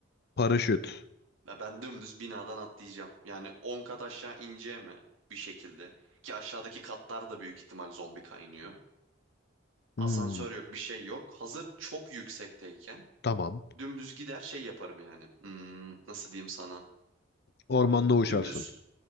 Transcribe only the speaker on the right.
Ya ben dümdüz binadan atlayacağım. Yani 10 kat aşağı ineceğim mi bir şekilde. Ki aşağıdaki katlar da büyük ihtimal zombi kaynıyor.
Asansör yok, bir şey yok. Hazır çok yüksekteyken
dümdüz gider şey yaparım yani. Hmm, nasıl diyeyim sana?
Dümdüz